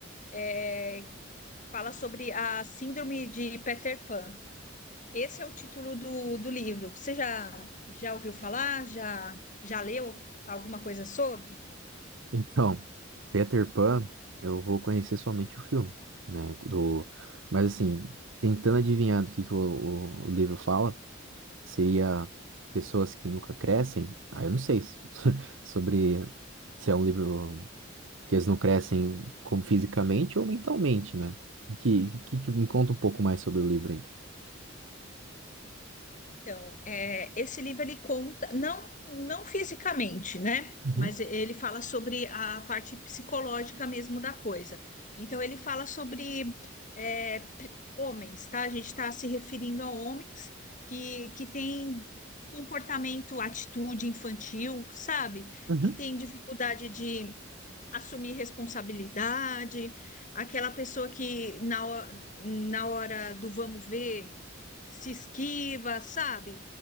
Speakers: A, on the left; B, on the right.
A: É, fala sobre a síndrome de Peter Pan. Esse é o título do, do livro. Você já, já ouviu falar? Já, já leu alguma coisa sobre?
B: Então, Peter Pan, eu vou conhecer somente o filme, né? Do... Mas assim, tentando adivinhar do que, que o, o- o livro fala, seria pessoas que nunca crescem. Ah, eu não sei se- <laughs> sobre se é um livro. que eles não crescem como fisicamente ou mentalmente, né? Que, que, que me conta um pouco mais sobre o livro aí.
A: Então, é, esse livro ele conta, não, não fisicamente, né?
B: Uhum,
A: Mas ele fala sobre a parte psicológica mesmo da coisa. Então, ele fala sobre é, p- homens, tá? A gente está se referindo a homens que, que têm comportamento, atitude infantil, sabe?
B: uhum,
A: Que têm dificuldade de assumir responsabilidade, aquela pessoa que na, ho- na hora do vamos ver se esquiva, sabe?